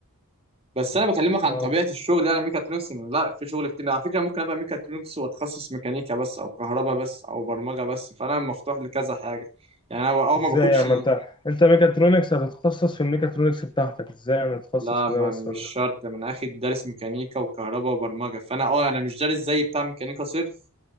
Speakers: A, on the right; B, on the left.
A: بس انا بكلمك عن
B: اه
A: طبيعة الشغل يعني ميكاترونكس إن لا في شغل كتير على فكرة ممكن ابقى ميكاترونكس واتخصص ميكانيكا بس او كهرباء بس او برمجة بس فانا مفتوح لكذا حاجة يعني انا اول
B: ازاي
A: ما باخدش
B: يعني ما انت انت ميكاترونكس هتتخصص في الميكاترونكس بتاعتك ازاي انا اتخصص
A: لا
B: في
A: ما
B: ده بس ولا
A: مش شرط
B: ده
A: ما انا اخد دارس ميكانيكا وكهرباء وبرمجه فانا اه انا مش دارس زي بتاع ميكانيكا صرف